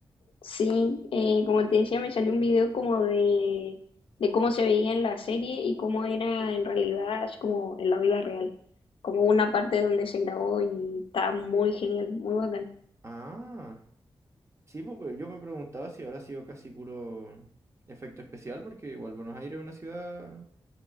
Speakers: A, on the left (about 70°); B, on the right (about 30°).
A: Sí, eh, como te decía, me salió un video como de, de cómo se veía en la serie y cómo era en realidad, así como en la vida real. Como una parte donde se grabó y está muy genial, muy bacán.
B: Ah, sí, pues, pero yo me preguntaba si habrá sido casi puro efecto especial, porque igual Buenos Aires es una ciudad